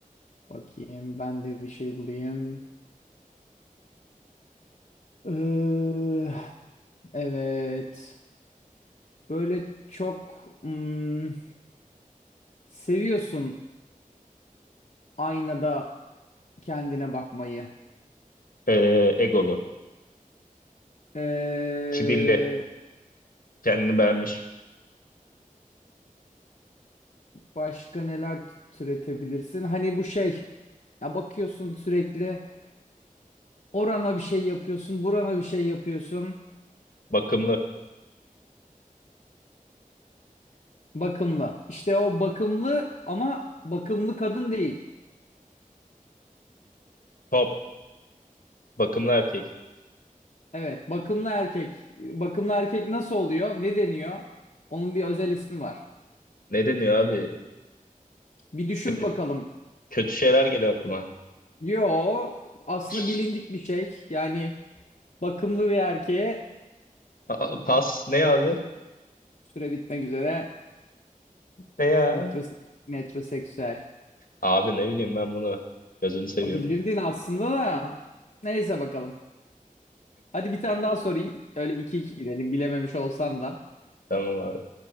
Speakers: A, on the left; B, on the left.
A: Bakayım ben de bir şey bulayım. Eee, evet. Böyle çok hmm, seviyorsun aynada kendine bakmayı.
B: E, egolu,
A: Ee,
B: kibirli, kendini beğenmiş,
A: Başka neler türetebilirsin? Hani bu şey, ya bakıyorsun sürekli orana bir şey yapıyorsun, burana bir şey yapıyorsun.
B: bakımlı,
A: Bakımlı. İşte o bakımlı ama bakımlı kadın değil.
B: top, bakımlı erkek.
A: Evet, bakımlı erkek. Bakımlı erkek nasıl oluyor? Ne deniyor? Onun bir özel ismi var.
B: Ne deniyor abi?
A: Bir düşün
B: Kö-
A: bakalım.
B: Kötü şeyler geliyor aklıma.
A: Yo, aslında
B: Şş,
A: bilindik bir şey. Yani bakımlı bir erkeğe
B: a- Pas ne abi?
A: süre bitmek üzere
B: Ne ya?
A: metrose- metroseksüel.
B: Abi ne bileyim ben bunu. Gözünü seveyim.
A: Ha, Bilirdin aslında da. Neyse bakalım. Hadi bir tane daha sorayım. Öyle iki iki gidelim bilememiş olsan da.
B: Tamam abi.